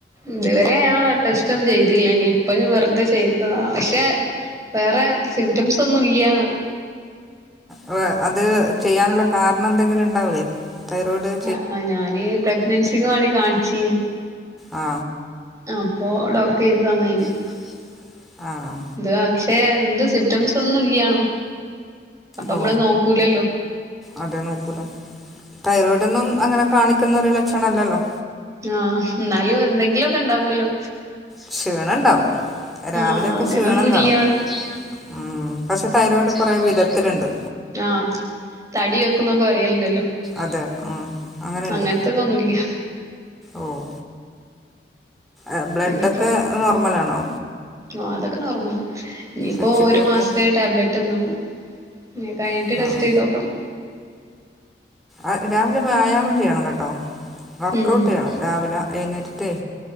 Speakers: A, on the right; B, in the centre.
A: ഇതുവരെ ഞാ ടെസ്‌റ്റൊന്നും ചെയ്തില്ല ഇനിപ്പ വെറ്തെ ചെയ്തതാ ആശ് ക്കെ വേറെ സിംറ്റമ്സൊന്ന്ല്ല്യാണ്
B: അഹ് അത് ചെയ്യാന്ള്ള കാരണന്തെങ്കില്ണ്ടാവൂലേ? തൈറോയിഡ്
A: ആഹ് ഞാന് പ്രഗ്നൻസിക്ക് വേണ്ടി കാണിച്ചീനി
B: ആ
A: അപ്പൊ ഡോക്ടറെയ്തി തന്നയേനി
B: ആഹ് ആഹ്
A: ഇത് പക്ഷെ ന ഇത് സിംറ്റംസൊന്നുല്ല്യാണു അപ്പമ്മള്
B: ഓ
A: നോക്കൂലല്ലോ
B: അതെ നോക്കൂല തൈറോയ്ഡൊന്നും അങ്ങനെ കാണിക്ക്ന്നൊരു ലക്ഷണല്ലല്ലോ
A: ആഹ് എന്നാലും എന്തെങ്കിലൊക്കെണ്ടാവല്ലോ
B: ക്ഷീണണ്ടാവും രാവിലൊക്കെ
A: ആഹ് അങ്ങനൊന്നും
B: ക്ഷീണം
A: ഇല്ല്യാണും
B: കാണും. ഉം പക്ഷെ തൈറോയ്ഡ് കൊറെ വിധത്തിലുണ്ട്
A: ആഹ് തടി വെക്കുന്നൊക്കെ പറയലുണ്ടല്ലോ
B: അതെ ഉം അങ്ങനെണ്ട്.
A: അങ്ങനത്തതൊന്നുംല്ല
B: ഓഹ് എ ബ്ലഡൊക്കെ
A: ഇനിയിപ്പോ
B: നോർമലാണോ?
A: ആഹ് അതൊക്കെ നോർമലാ ഇനിയിപ്പോ
B: എച്ച്
A: ഒരു
B: ബി ഒക്കെ
A: മാസത്തേന് ടാബ്ലറ്റൊന്നും ഉം കയ്ഞ്ഞിട്ട്
B: തന്നു
A: ടെസ്റ്റെയ്തോക്കണം.
B: അഹ് രാവിലെ വ്യായാമം ചെയ്യണം കേട്ടോ വർക്കൗട്ട്
A: ഉം
B: ചെയ്യണം രാവിലെ എഴുന്നേറ്റ്ട്ടെ